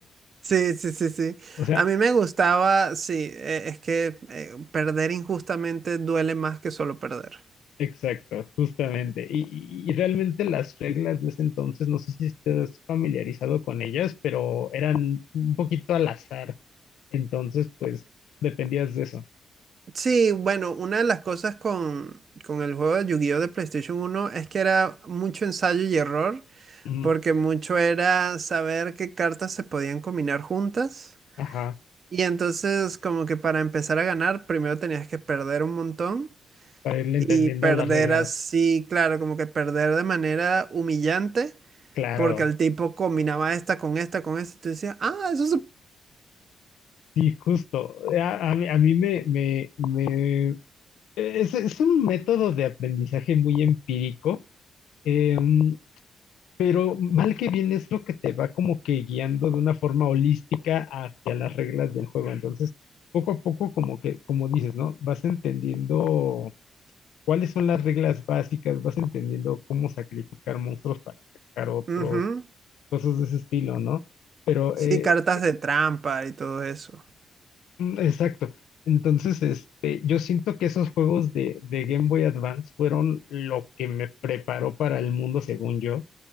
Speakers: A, on the right (about 55°); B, on the left (about 85°).
A: sí, sí, sí, sí.
B: O sea...
A: A mí me gustaba, sí, eh, es que eh, perder injustamente duele más que solo perder.
B: Exacto, justamente. Y, y- y realmente las reglas de ese entonces, no sé si estés familiarizado con ellas, pero eran un poquito al azar. Entonces, pues, dependías de eso.
A: Sí, bueno, una de las cosas con, con el juego de Yu-Gi-Oh! de PlayStation uno es que era mucho ensayo y error,
B: Ujú,
A: porque mucho era saber qué cartas se podían combinar juntas.
B: Ajá,
A: Y entonces, como que para empezar a ganar, primero tenías que perder un montón.
B: para irle
A: Y
B: entendiendo
A: perder
B: a las reglas.
A: así, claro, como que perder de manera humillante,
B: Claro,
A: porque el tipo combinaba esta con esta, con esta, y tú decías, ah, eso se...
B: sí, justo. A, a mí, a mí me, me, me... Es, es un método de aprendizaje muy empírico. Em, Pero mal que bien es lo que te va como que guiando de una forma holística hacia las reglas del juego. Entonces, poco a poco, como que, como dices, ¿no? Vas entendiendo cuáles son las reglas básicas, vas entendiendo cómo sacrificar monstruos para sacar otros,
A: ujú".
B: cosas de ese estilo, ¿no? Pero,
A: Sí,
B: eh,
A: cartas de trampa y todo eso.
B: mm, exacto. Entonces, este, yo siento que esos juegos de, de Game Boy Advance fueron lo que me preparó para el mundo, según yo